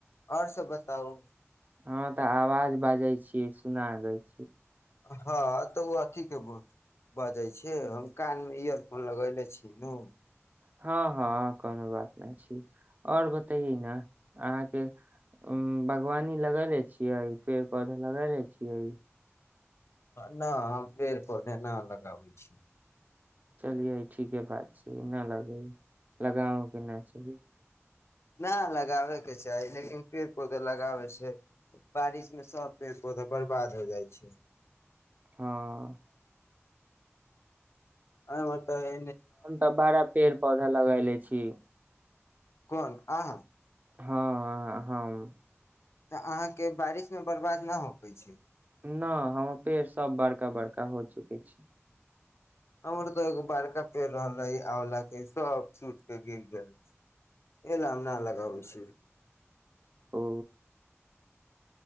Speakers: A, on the left; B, on the right.
A: और सभ बताउ
B: हँ तऽ आवाज बाजै छीयै सुना लै छीयै
A: हँ तऽ ओ अथी केबो बजै छै हम कानमे इयरफोन लगयले छीनु
B: हँ हँ कोनो बात नहि छी और बतैेयै ने अहाँके बागवानी लगैले छियै पेड़ पौधा लगैले छियै
A: नहि हम पेड़ पौधे न लगाबै छी
B: चलियइ ठीके बात छै नहि लग ह लगाउ कि नहि छैी
A: नहि लगाबयके चाही लेकिन पेड़ पौधा लगाबैसँ बारिशमे सभ पेड़ पौधा बरबाद हो जाइ छै
B: हँ
A: ह बतए
B: हम तऽ बड़ा पेड़ पौधा लगायले छी
A: कोन अहां
B: हँ हँ अहां हम
A: तऽ अहाँके बारिश मे बर्बाद नहि हो पै छै
B: नहि हमर पेड़ सभ बड़का बड़का हो चुकै छै
A: हमर तऽ एगो बड़का पेड़ रहलै आँवला के सब सुूट के गिर गेल छै ए ला हम ना लगाबै छि
B: ओ